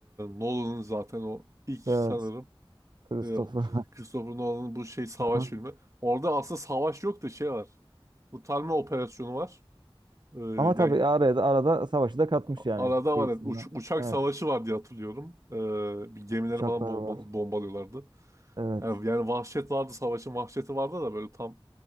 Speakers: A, on the right; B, on the right.
A: Nolan'ın zaten o ilk
B: Evet.
A: sanırım.
B: Christopher.
A: Ee, Christopher Nolan'ın bu şey savaş
B: <laughs> Aha.
A: filmi. Orada aslında savaş yok da şey var. Kurtarma operasyonu var. Ee,
B: Ama tabii
A: yani
B: arada arada savaşı da katmış
A: a-
B: yani
A: arada
B: kıyısından.
A: var. yani uç- uçak
B: Evet.
A: savaşı var diye hatırlıyorum. Ee, bir gemileri
B: Uçaklar
A: falan bomba
B: var.
A: bombalıyorlardı.
B: Evet.
A: Yani, yani vahşet vardı. Savaşın vahşeti vardı da böyle tam